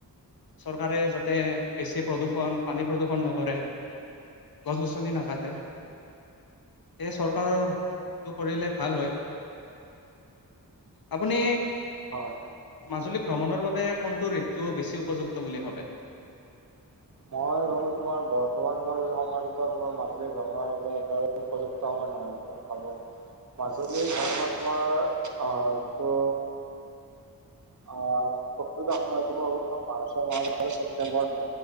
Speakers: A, on the left; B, on the right.
A: চৰকাৰে যাতে বেছি প্ৰদূষণ, পানী প্ৰদূষণ নকৰে। গছ-গছনি নাকাটে। চৰকাৰৰ সেইটো কৰিলে ভাল হয়। আপুনি
B: হয়।
A: মাজুলী ভ্ৰমণৰ বাবে কোনটো ঋতু বেছি উপযুক্ত বুলি ভাবে?
B: মই ভাবো তোমাৰ বৰ্তমান <unintelligible> তোমাৰ মাজুলী ভ্ৰমণৰ বাবে একে উপযুক্ত সময় নহয় বুলি মই ভাবোঁ।
A: <inaudible>
B: মাজুলীৰ <unintelligible>
A: অ,
B: তোমাৰ, আঁ যিটো অ' ক <unintelligible> মাৰ্চৰ মাহৰ পৰা ছেপ্টেম্বৰ